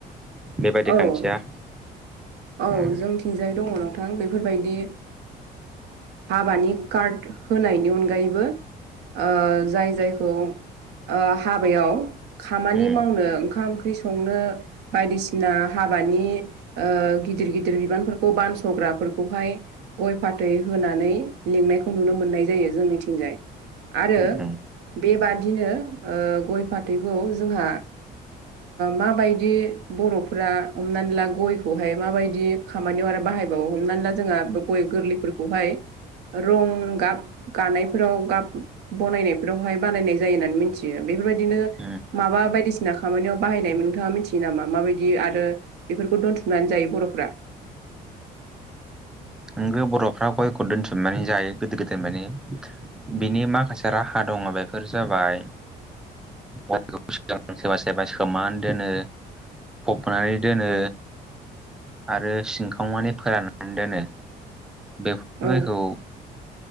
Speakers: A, in the centre; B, on the right (about 80°).
A: बेबायदि
B: औ
A: खान्थिया?
B: औ
A: उम
B: जोंथिंजाय दङ नोंथां बेफोरबायदि हाबानि कार्ड होनायनि अनगायैबो ओ जाय जायखौ ओ हाबायाव खामानि
A: उम
B: मावनो ओंखाम ओंख्रि संनो बायदिसिना हाबानि ओ गिदिर गिदिर बिबानफोरखौ बानस'ग्राफोरखौहाय गय फाथै होनानै लिंनायखौ नुनो मोननाय जायो जोंनिथिंजाय आरो
A: उम उम
B: बेबादिनो गय फाथैखौ जोंहा माबायदि बर'फोरा हमनानै ला गयखौहाय माबायदि खामानियाव आरो बाहायबावो हमनानै ला जोंहा गय गोरलैफोरखौहाय रंगाब गानायफोराव गाब बनायनायफोरावहाय बानायनाय जायो होननानै मिथियो। बेफोरबायदिनो
A: उम
B: माबा बायदिसिना खामानियाव बाहायनाय नोंथाङा मिथियो नामा माबायदि आरो बेफोरखौ दोनथुमनानै जायो बर'फ्रा
A: नोगौ बर'फ्रा गयखौ दोनसुमनानै जायो गोदो गोदायनि फ्राय माने बिनि माखासे राहा दङ बेफोर जाबाय सोरबा सोरबा सोमान दोनो फबनानै दोनो आरो सिनखावनानै फोराननानै दोनो। बेफोर
B: औ
A: जायखौ